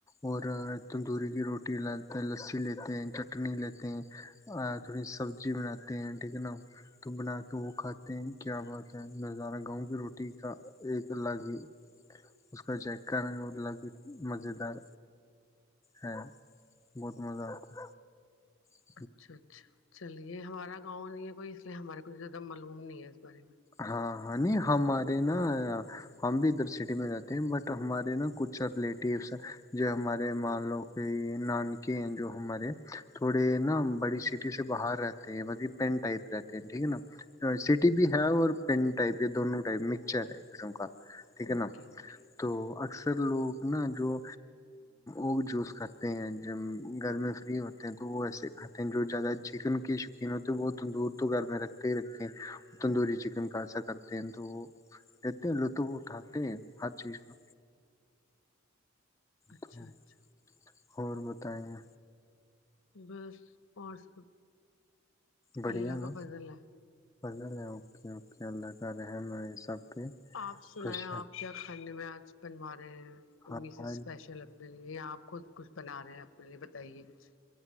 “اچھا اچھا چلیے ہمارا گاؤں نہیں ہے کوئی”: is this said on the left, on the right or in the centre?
Left